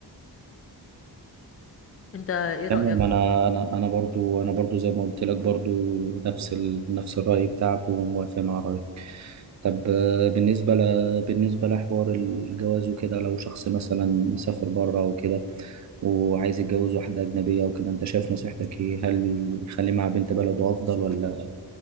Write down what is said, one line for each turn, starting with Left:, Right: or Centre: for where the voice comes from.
Left: انت ايه رأيك
Right: تمام
Left: بقى
Right: انا انا انا برضو انا برضو زي ما قلت لك برضو نفس ال... نفس الراي بتاعك وموافق مع رايك طب آه، بالنسبة ل... بالنسبة لحوار الجواز وكده لو شخص مثلا سافر بره وكده وعايز يتجوز واحدة أجنبية وكده أنت شايف نصيحتك إيه هل يخلي مع بنت بلده أفضل ولا